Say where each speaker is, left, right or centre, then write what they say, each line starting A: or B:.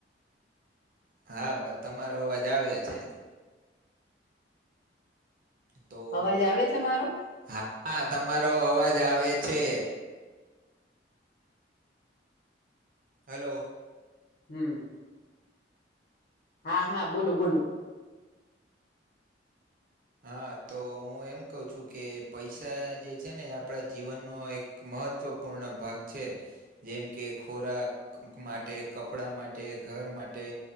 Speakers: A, on the right; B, on the left.
A: હા તમારો અવાજ આવે છે. તો
B: અવાજ આવે છે મારો
A: હા તમારો અવાજ આવે છે. હલો
B: હમ્મ. હા હા બોલો બોલો
A: હા તો હું એમ કહું છું કે પૈસા જે છે ને આપણા જીવનનો એક મહત્વપૂર્ણ ભાગ છે. જેમ કે ખોરાક માટે કપડાં માટે ઘર માટે